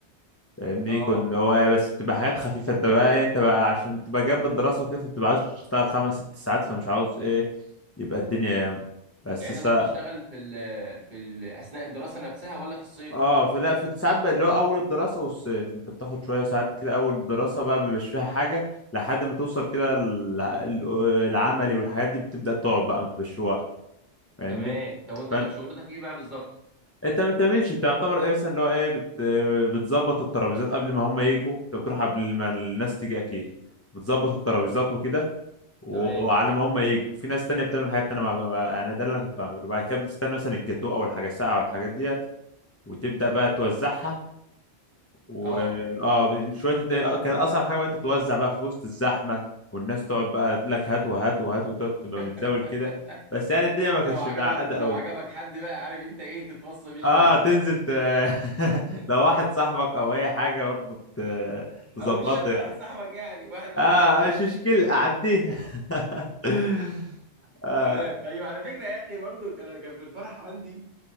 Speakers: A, on the left; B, on the right.
A: فاهمني
B: اه
A: كنا هو بس بتبقى حاجات خفيفة انت بقى ايه، انت بقى عشان بتبقى جنب الدراسة وكده فبتبقى عاوز تشتغل خمس ست ساعات فمش عاوز ايه يبقى الدنيا ياما بس
B: يعني
A: سا...
B: انت كنت بتشتغل في ال في ال اثناء الدراسه نفسها ولا في الصيف
A: اه فلا في ساعات بقى اللي هو اول الدراسة والصيف انت بتاخد شوية ساعات كده اول الدراسة بقى مبيبقاش فيها حاجة لحد ما توصل كده ال- ال- العملي والحاجات دي بتبدأ تقعد بقى مبيبقاش في وقت فاهمني
B: تمام طب وانت
A: فانت
B: كانت شغلتك ايه بقى بالظبط
A: انت ما بتعملش انت يعتبر ايه مثلا اللي هو ايه بت... بتظبط الترابيزات قبل ما هم يجوا انت بتروح قبل ما الناس تيجي اكيد بتظبط الترابيزات وكده وعلى
B: تمام
A: ما هم يجوا وفي ناس تانية بتعمل حاجات تانية مع... مع- يعني ده اللي أنا كنت بعمله بعد كده بنستنى مثلا الجاتو أو الحاجة الساقعة أو الحاجات ديت وتبدأ بقى توزعها و
B: اه
A: اه شوية الد- آه، كانت أصعب حاجة بقى أنت توزع بقى في وسط الزحمة والناس تقعد بقى تقول لك هات وهات وهات وتقعد تبقى
B: <laughs>
A: متزاول كده بس يعني الدنيا ما كانتش
B: ولو عجبك
A: متعقدة
B: ولو
A: أوي
B: عجبك حد بقى عارف انت ايه تتوصى بيه شويه
A: اه تنزل ت... <laughs> لو واحد صاحبك أو أي حاجة برضه ت... تظبطه
B: او مش شرط
A: يعني
B: واحد صاحبك يعني واحد من
A: اه
B: الفرع
A: مش مشكلة أعديها <laughs> آه
B: تمام طيب على فكرة يا أخي برضو أنا كان في الفرح عندي